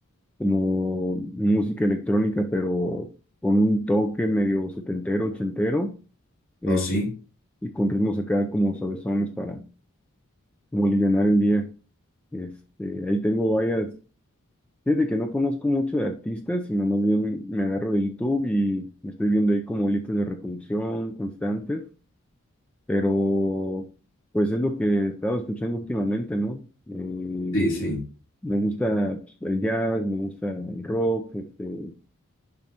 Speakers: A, in the centre; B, on the left.
A: como música electrónica, pero con un toque medio setentero, ochentero, eh,
B: Oh, sí,
A: y con ritmos acá como sabesones para como alivianar el día. Este, ahí tengo varias, fíjate que no conozco mucho de artistas, sino más bien me agarro de YouTube y me estoy viendo ahí como listas de reproducción constantes, pero pues es lo que he estado escuchando últimamente, ¿no? Eh,
B: sí, sí.
A: me gusta pues, el jazz, me gusta el rock, este, eh,